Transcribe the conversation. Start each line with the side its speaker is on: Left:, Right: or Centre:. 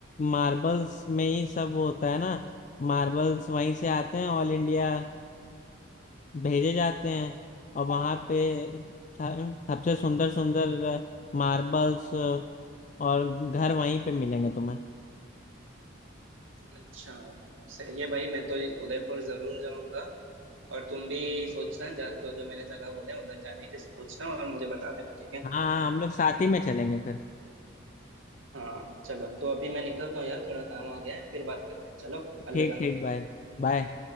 Left: मार्बल्स में ही सब वो होता है ना मार्बल्स वहीं से आते हैं ऑल इंडिया भेजे जाते हैं और वहां पे स- सबसे सुंदर सुंदर मार्बल्स और घर वहीं पे मिलेंगे तुम्हें
Right: यार अच्छा सही है भाई मैं तो उदयपुर जरूर जाऊंगा और तुम भी सोचना जा, जो जो मैंने जगह बोले उधर जाने के सोचना और मुझे बता देना ठीक है
Left: हाँ हाँ हम लोग साथ ही में चलेंगे फिर
Right: हाँ चलो तो अभी मैं निकलता हूँ यार थोड़ा काम आ गया है फिर बात करते हैं चलो अलविदा
Left: ठीक ठीक बाय बाय